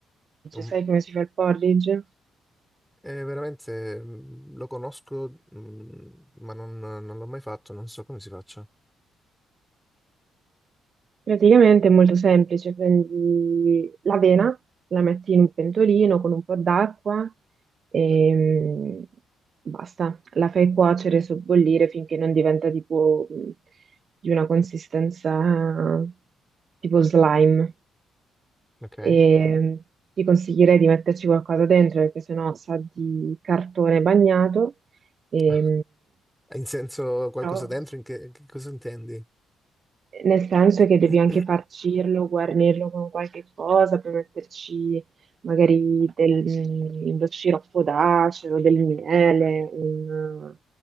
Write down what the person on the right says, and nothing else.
sai come si fa il porridge?
Praticamente è molto semplice, prendi l'avena, la metti in un pentolino con un po' d'acqua e basta, la fai cuocere, sobbollire finché non diventa tipo mh, di una consistenza tipo slime.
E ti consiglierei di metterci qualcosa dentro perché sennò sa di cartone bagnato. E,
però...
Nel senso
che devi anche farcirlo, guarnirlo con qualche cosa per metterci magari del, mm, lo sciroppo d'acero, del miele, un,